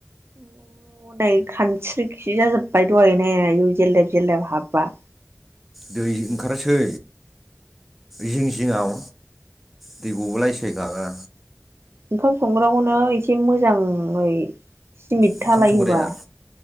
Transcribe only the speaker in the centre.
दै ओंखारसै जिं जिंआव दै गबोलायसै गाबा
ओंखाम
संग्राया